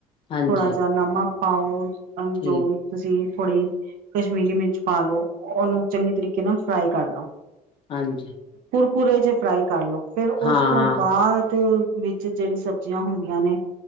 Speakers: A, on the left (about 35°); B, on the right (about 65°).
A: ਹਾਂਜੀ
B: ਥੋੜਾ ਜਿਹਾ ਨਮਕ ਪਾਓ
A: ਠੀਕ
B: ਜੋ ਵੀ ਤੁਸੀਂ! <unintelligible> ਥੋੜ੍ਹੀ ਜਿਹੀ ਕਸ਼ਮੀਰੀ ਮਿਰਚ ਪਾ ਲੋੋ। ਉਹਨੂੰ ਚੰਗੇ ਤਰੀਕੇ ਨਾਲ ਫਰਾਈ ਕਰ ਲਓ।
A: ਹਾਂਜੀ
B: ਕੁਰਕੁਰੇ ਜਹੇ ਫਰਾਈ ਕਰ ਲੋ ਫਿਰ
A: ਹਾਂ-ਹਾਂ
B: ਉਸ ਤੋਂ ਬਾਅਦ ਵਿੱਚ ਜਿਹੜੀ ਸਬਜ਼ੀਆਂ ਹੁੰਦੀਆਂ ਨੇ।